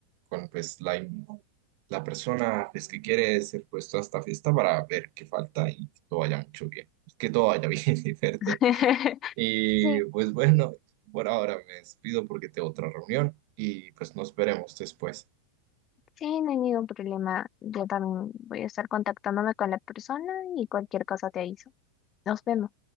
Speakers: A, on the right; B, on the left.
A: con pues, la, in- la persona pues, que quiere ser puesto a esta fiesta para ver qué falta y que todo vaya mucho bien. Que todo vaya bien, <laughs> ¿cierto?
B: <laughs>
A: Y
B: Sí,
A: pues bueno, por ahora me despido porque tengo otra reunión y pues nos veremos después.
B: sí, no hay ningún problema. Yo también voy a estar contactándome con la persona y cualquier cosa te aviso. Nos vemos.